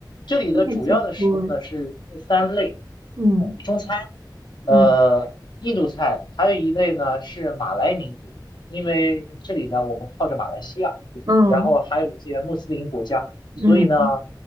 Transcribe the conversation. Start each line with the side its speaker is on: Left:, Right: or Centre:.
Left: 这里的主要的食物呢是这三类，
Right: 那还挺多嗯
Left: 呃，中餐，呃，
Right: 嗯
Left: 印度菜，还有一类呢是马来民族，因为这里呢我们靠着马来西亚。
Right: 嗯
Left: 然后还有一些穆斯林国家，
Right: 嗯，
Left: 所以呢，